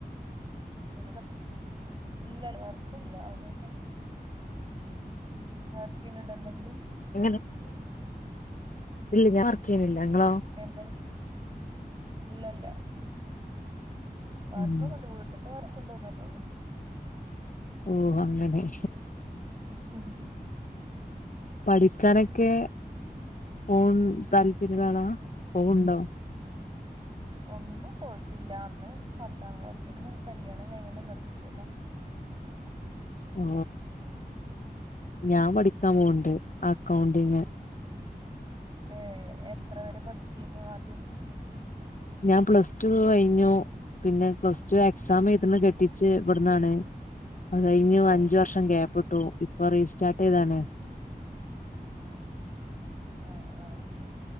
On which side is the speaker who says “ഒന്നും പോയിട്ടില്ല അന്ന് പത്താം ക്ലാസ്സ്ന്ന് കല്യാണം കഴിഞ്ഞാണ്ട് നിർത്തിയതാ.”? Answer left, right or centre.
Right